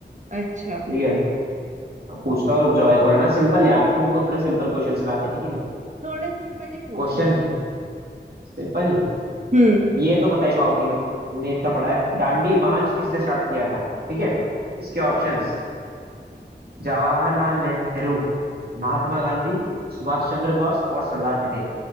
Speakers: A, on the right (about 40°); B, on the right (about 55°).
A: अच्छा
B: ठीक है अब पूछता हूँ रुक जाओ एक और है ना सिंपल यार तुमको थोड़े सिंपल क्वेश्चन लाते ठीक है
A: थोड़ा सिंपल ही पूछो
B: क्वेश्चन है सिंपल ही
A: हम्म
B: ये तो बता ही पाओगी तुम तूने इतना पढ़ा है दांडी मार्च किसने स्टार्ट किया था ठीक है इसके ऑप्शंस जवाहरलाल नेहरू महात्मा गांधी सुभाष चंद्र बोस और सरदार पटेल